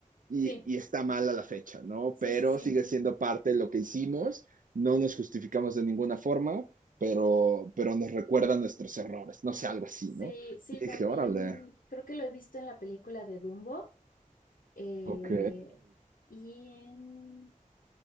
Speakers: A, on the right; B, on the left.
A: y,
B: sí,
A: y está mal a la fecha, ¿no?
B: sí,
A: Pero
B: sí, sí,
A: sigue siendo parte de lo que hicimos, no nos justificamos de ninguna forma, pero, pero nos recuerda nuestros errores, no sé, algo así,
B: sí,
A: ¿no?
B: sí,
A: Y
B: también
A: dije, órale,
B: creo que lo he visto en la película de Dumbo eh,
A: ok.
B: y en